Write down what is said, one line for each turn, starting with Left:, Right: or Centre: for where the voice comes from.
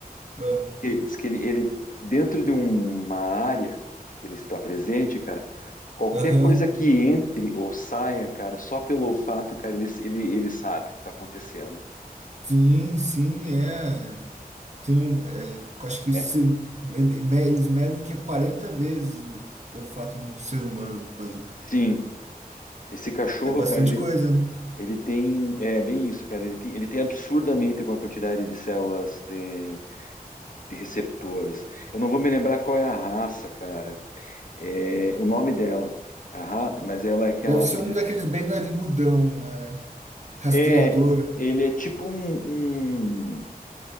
Right: Ah,
Left: que- diz que ele, ele, dentro de uma área que ele está presente, cara, qualquer
Right: Aham,
Left: coisa que entre ou saia, cara, só pelo fato, cara, ele, ele, ele sabe o que está acontecendo.
Right: Sim, sim, é. Tem um, é, eu acho que
Left: É.
Right: se- é- me- eles medem que é 40 vezes o olfato de um ser humano, mais ou menos.
Left: Sim, esse cachorro,
Right: É bastante
Left: cara, ele,
Right: coisa, né?
Left: ele tem, é bem isso, cara, ele tem, ele tem absurdamente uma quantidade de células de, de receptoras. Eu não vou me lembrar qual é a raça, cara, é, o nome dela, a ra- mas ela é aquela
Right: Deve ser
Left: que...
Right: um daqueles bem narigudão lá, né? Rastreador.
Left: É, ele é tipo um, um-